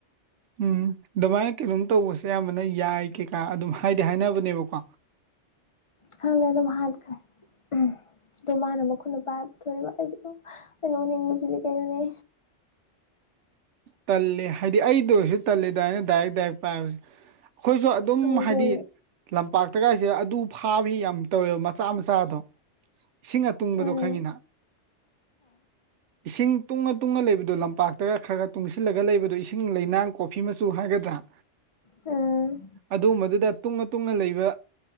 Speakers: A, on the right (about 75°); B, on the left (about 40°).
A: ꯎꯝ ꯑꯗꯨꯃꯥꯏꯅ ꯀꯩꯅꯣꯝ ꯇꯧꯕꯁꯦ ꯑꯌꯥꯝꯕꯅꯥ ꯌꯥꯏ ꯀꯩꯀꯥ ꯑꯗꯨꯝ ꯍꯥꯏꯗꯤ ꯍꯥꯏꯅꯕꯅꯦꯕꯀꯣ꯫
B: ꯈꯪꯗꯦ ꯑꯗꯨꯝ ꯍꯥꯠꯈ꯭ꯔꯦ꯫ ꯎꯝꯝ ꯑꯗꯣ ꯃꯥꯅ ꯃꯈꯨꯠꯅ ꯄꯥꯏꯔꯒ ꯄꯨꯊꯣꯂꯛꯢꯕ ꯑꯩꯗꯤ ꯑꯩꯅ ꯑꯣꯅꯤꯡꯕꯁꯤꯗꯤ ꯀꯩꯅꯣꯅꯤ
A: ꯇꯜꯂꯤ ꯍꯥꯏꯗꯤ ꯑꯩꯗꯥ ꯑꯣꯏꯔꯁꯨ ꯇꯜꯂꯤ ꯑꯗꯨꯃꯥꯏꯅ ꯗꯥꯏꯔꯦꯛ ꯗꯥꯏꯔꯦꯛ ꯄꯥꯏꯕꯁꯦ꯫ ꯑꯩꯈꯣꯏꯁꯨ ꯑꯗꯨꯝ
B: ꯍꯪꯒꯣꯏ
A: ꯍꯥꯏꯗꯤ ꯂꯝꯄꯥꯛꯇꯒꯥꯁꯤ ꯑꯗꯨ ꯐꯥꯕꯤ ꯌꯥꯝ ꯇꯧꯋꯦꯕ ꯃꯆꯥ ꯃꯆꯥꯗꯣ ꯏꯁꯤꯡꯒꯥ ꯇꯨꯡꯕꯗꯣ
B: ꯍꯥ
A: ꯈꯪꯉꯤꯅ ꯏꯁꯤꯡ ꯇꯨꯡꯉꯥ ꯇꯨꯡꯉꯥ ꯂꯩꯕꯗꯣ ꯂꯝꯄꯥꯛꯇꯒꯥ ꯈꯔ ꯈꯔ ꯇꯨꯡꯁꯤꯜ ꯂꯒ ꯂꯩꯕꯗꯨ ꯏꯁꯤꯡ ꯂꯩꯅꯥꯡ ꯀꯣꯐꯤ ꯃꯆꯨ ꯍꯥꯏꯒꯗ꯭ꯔꯥ꯫
B: ꯎꯝ
A: ꯑꯗꯨꯒꯨꯝꯕꯗꯨꯗꯥ ꯇꯨꯡꯉꯥ ꯇꯨꯡꯉꯥ ꯂꯩꯕ